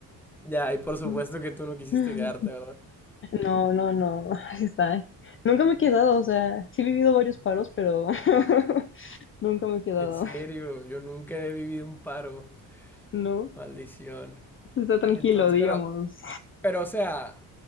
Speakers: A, in the centre; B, on the left.
A: Ya, y por supuesto
B: <laughs>
A: que tú no quisiste
B: No,
A: quedarte, ¿verdad?
B: no, no, <laughs> así está. Nunca me he quedado, o sea, sí he vivido varios paros, pero <laughs> nunca me he quedado,
A: En serio, yo nunca he vivido un paro.
B: ¿no?
A: Maldición.
B: Está tranquilo,
A: Entonces,
B: digamos.
A: pero, pero, o sea,